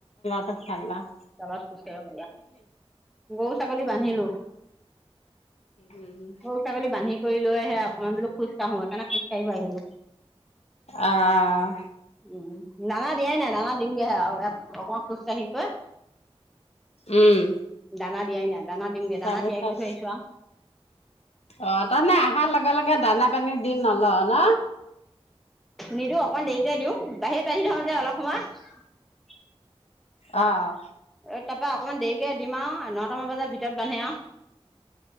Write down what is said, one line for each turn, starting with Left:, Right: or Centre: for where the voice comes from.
Left: ভালা <unintelligible>
Centre: জালত খোজকাঢ়িবাৰয়া গৰু ছাগলী বান্ধিলো
Left: উম
Centre: গ‌ৰু ছাগলী বান্ধি কৰি লৈ আহে অকণমান বোলো খোজ কাঢ়ো সেই কাৰণে‌ খোজ কাঢ়িব আহিলো।
Left: আহ
Centre: উম দানা দিয়াই নাই দানা দিমগে হে আও অকমান খুজ কাহি কৈ
Left: উম
Centre: দানা দিয়াই নাই দানা দিমগে
Left: তাৰপিছত
Centre: দানা তিয়াই কৰি থৈ আহিছো আও।
Left: অ তাৰমানে অহাৰ লগে লগে দানা পানী দি নল ন?
Centre: নিদো অকমান দেৰিকে দিওঁ বাহিৰত বান্ধি থ‌ওঁ যে অলপ সময়।
Left: অ
Centre: ত তাৰ পা অকণমান দেৰিকে দিম আও নটামান বজাত ভিতত বান্ধিম আও।